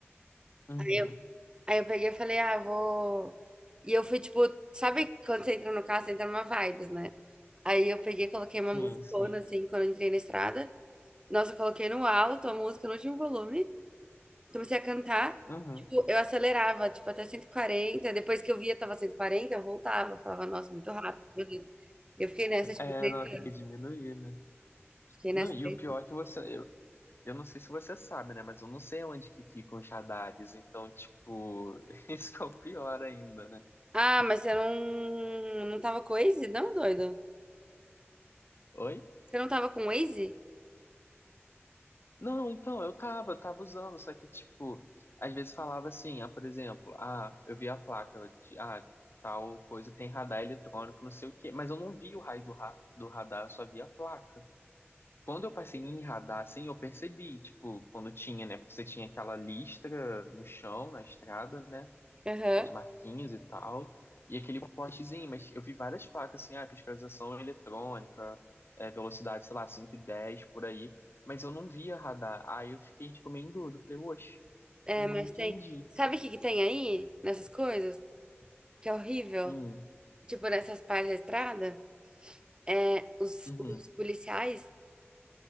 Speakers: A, on the left; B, on the right.
A: Uhum.
B: Aí eu, aí eu peguei e falei, ah, vou. E eu fui tipo, sabe quando você entra no carro, você entra numa vibes, né? Aí eu peguei, e coloquei uma
A: Sim,
B: musicona
A: sim.
B: assim, quando eu entrei na estrada. Nossa, eu coloquei no alto a música no último volume. Comecei a cantar,
A: Uhum.
B: tipo, eu acelerava, tipo, até cento e quarenta Depois que eu via, tava cento e quarenta eu voltava. Eu Falava, nossa, muito rápido, meu Deus. Eu fiquei nessa, tipo,
A: É,
B: três
A: não, tem
B: anos.
A: que diminuir, né?
B: Fiquei
A: Não,
B: nessa.
A: e
B: três
A: o pior
B: anos.
A: é que você. Eu, eu não sei se você sabe, né? Mas eu não sei onde que ficam os radares. Então, tipo, <laughs> isso que é o pior ainda, né?
B: Ah, mas você não, não tava com o Waze? Não, doido?
A: Oi?
B: Você não tava com o Waze?
A: Não, então, eu tava, tava usando, só que, tipo, às vezes falava assim, ah, por exemplo, ah, eu vi a placa de, ah, tal coisa tem radar eletrônico, não sei o quê, mas eu não vi o raio do, ra do radar, eu só vi a placa. Quando eu passei em radar, assim, eu percebi, tipo, quando tinha, né, porque você tinha aquela listra no chão, na estrada, né,
B: Aham.
A: as marquinhas e tal, e aquele postezinho, mas eu vi várias placas assim, ah, fiscalização eletrônica, é, velocidade, sei lá, 110 por aí, mas eu não via radar. Aí eu fiquei, tipo, meio em dúvida, falei, oxe,
B: É,
A: não,
B: mas
A: não entendi.
B: tem. Sabe o que que tem aí nessas coisas? Que é horrível.
A: Hum,
B: Tipo, nessas partes da estrada, é, os,
A: uhum.
B: os policiais,